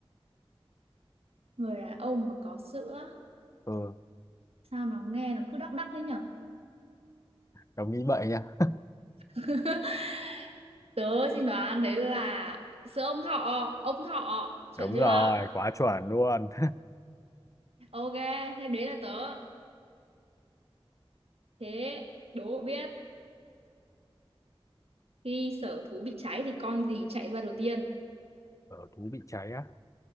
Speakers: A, on the right; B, on the left.
A: người đàn ông mà có sữa
B: ờ
A: sao nó nghe nó cứ đắc đắc đấy nhở
B: đồng nghĩ vậy nha
A: <laughs> tớ xin đoán đấy là sữa ông thọ ông thọ chuẩn
B: đúng
A: chưa
B: rồi quá chuẩn luôn
A: ok thế đấy là tớ thế đố biết khi sở thú bị cháy thì con gì chạy ra đầu tiên
B: ở thú bị cháy á